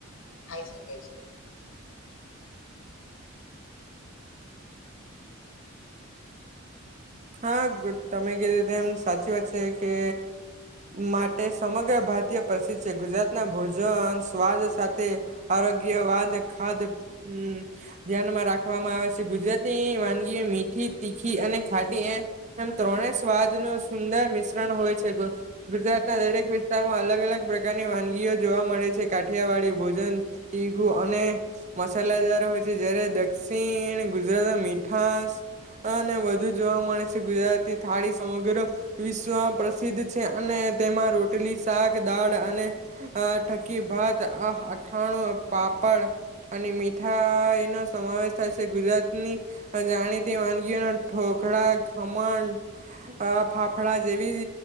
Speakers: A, on the left; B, on the right.
A: ખાઈ શકે છે
B: હા ગ તમે કધતે એમ સાચી વાત છે કે માટે સમગ્ર ભારતીય પ્રસિદ્ધ છે ગુજરાતના ભોજન સ્વાદ સાથે આરોગ્ય વાદ ખાદ હમ્મ ધ્યાનમાં રાખવામાં આવે છે ગુજરાતી વાનગીઓ મીઠી, તીખી અને છાડી એ એમ ત્રણે સ્વાદ નુ સુંદર મિશ્રણ હોય છે. ગુજરાતના દરેક વિસ્તારમાં અલગ અલગ પ્રકારની વાનગીઓ જોવા મળે છે કાઠિયાવાડી ભોજન, ટીગું અને મસાલાદારો હોય છે જયારે દક્ષિણ ગુજરાત મીઠાસ અને વધુ જોવા મળે છે ગુજરાતી થાળી સમગ્ર વિશ્વ પ્રસિદ્ધ છે અને તેમાં રોટલી, શાક, દાળ અને અઆ થકી ભાત, અઠાણું, પાપડ, અને મીઠાઇનો સમાવેશ થાય છે, ગુજરાતની જાણીતી વાનગીઓ ઢોકળા, ખમણ, ફાફડા જેવી